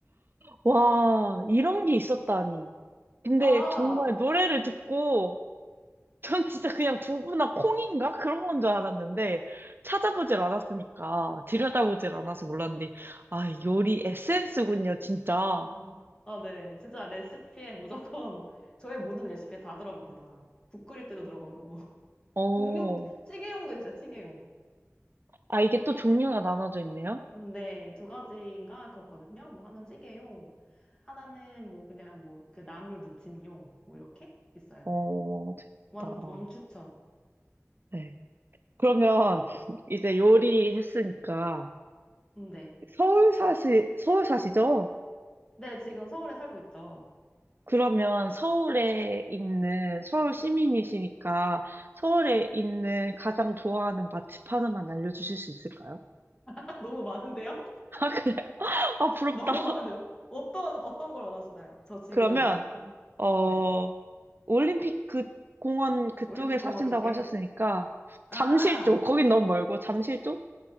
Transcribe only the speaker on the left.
<laughs>
아,
<laughs> 어. 아, 네. 진짜 레시피에 무조건 <laughs> 저의 모든 레시피에 다 들어갑니다. 국 끓일 때도 들어가고. <laughs>
국육, 찌개용도 있어요, 찌개용.
음, 네, 두 가지인가 그렇거든요. 뭐 하나는 찌개용, 하나는 뭐 그냥 뭐 그 나물 무침용, 뭐 이렇게 있어요.
왕, 왕추천.
음, 네.
네, 지금 서울에 살고 있죠.
<laughs> 너무 많은데요? <laughs>
너무 많은데요? 어떤, 어떤 걸 원하시나요? 저 지금,
음,
네.
올림픽공원
쪽에.
아!